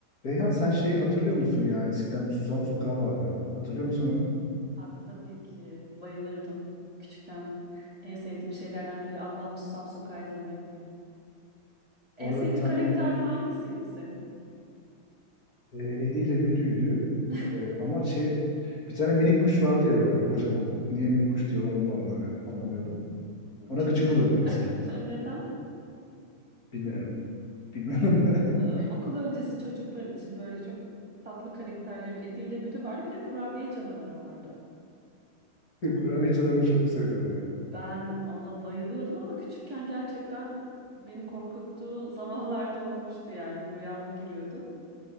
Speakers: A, on the left; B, on the right.
A: Reyhan sen şeyi hatırlıyor musun ya? Eskiden Susam Sokağı vardı. Hatırlıyor musun onu?
B: Aa, tabii ki bayılırdım küçükken. En sevdiğim şeylerden biri ablamla Susam Sokağı izlemekti. En
A: Orada
B: sevdiğin
A: bir tane
B: karakter hangisiydi senin?
A: e, Edi ile Büdü'ydü.
B: <laughs>
A: E, ama şey bir tane minik kuş vardı ya böyle kocaman. Niye minik kuş diyorlar onu da anlamıyor, anlamıyordum. Ona
B: Çünkü
A: gıcık
B: çok
A: oluyordum mesela.
B: <laughs> neden?
A: Bilmiyorum. Bilmiyorum. <laughs>
B: Ee, okul öncesi çocuklar için böyle çok tatlı karakterlerin Edi ile Büdü vardı. Bir de kurabiye canavarı vardı.
A: Kurabiye canımı çok seviyordum ya.
B: Ben ona bayılıyordum ama küçükken gerçekten beni korkuttuğu <laughs> zamanlarda olmuştu yani rüyama giriyordu.